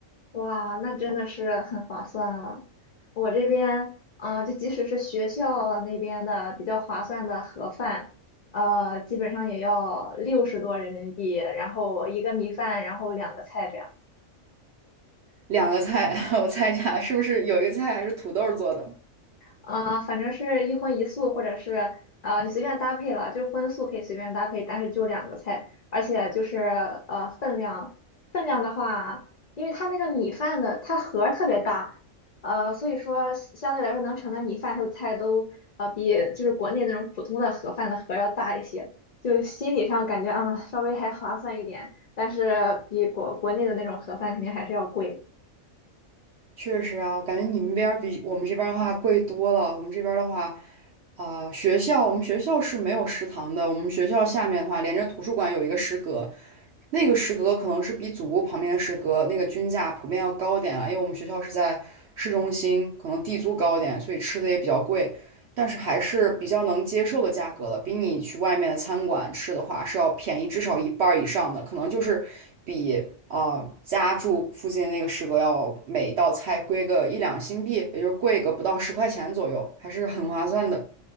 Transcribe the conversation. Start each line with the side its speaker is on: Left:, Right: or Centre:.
Left: 哇，那真的是很划算了。我这边，嗯、就即使是学校那边的比较划算的盒饭，呃，基本上也要六十多人民币，然后一个米饭，然后两个菜这样。
Right: 两个菜，<laughs> 我猜一下，是不是有一个菜还是土豆做的？
Left: 啊、反正是一荤一素，或者是啊，你随便搭配了，就是荤素可以随便搭配，但是就两个菜，而且就是呃分量，分量的话，因为它那个米饭的它盒儿特别大，呃，所以说相对来说能盛的米饭还有菜都呃比就是国内那种普通的盒饭的盒要大一些，就心理上感觉啊、稍微还划算一点，但是比国国内的那种盒饭肯定还是要贵。
Right: 确实啊，我感觉你们边儿比我们这边儿的话贵多了。我们这边儿的话，啊、学校我们学校是没有食堂的。我们学校下面的话，连着图书馆有一个食阁，那个食阁可能是比祖屋旁边的食阁那个均价普遍要高点了，因为我们学校是在市中心，可能地租高点，所以吃的也比较贵。但是还是比较能接受的价格了，比你去外面的餐馆吃的话是要便宜至少一半儿以上的，可能就是比呃家住附近的那个食阁要每道菜贵个一两新币，也就是贵个不到十块钱左右，还是很划算的。